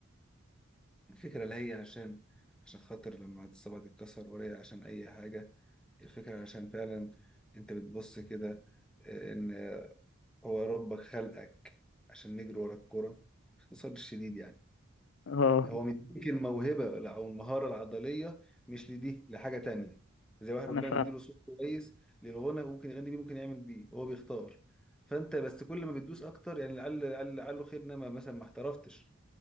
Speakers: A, in the centre; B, on the left (about 65°).
A: الفكرة لا هي عشان عشان خاطر لما الصبع تتكسر ولا هي عشان اي حاجة الفكرة عشان فعلا انت بتبص كده آه، ان هو ربك خلقك عشان نجري ورا الكرة باختصار شديد يعني
B: اه
A: هو مديك الموهبة أو المهارة العضلية مش لدي لحاجة تانية زي واحد
B: انا
A: ربنا
B: فاهم
A: مديله صوت كويس للغنى ممكن يغني بيه ممكن يعمل بيه هو بيختار فأنت بس كل ما بتدوس أكتر يعني لعل لعل لعله خير إنما مثلا ما احترفتش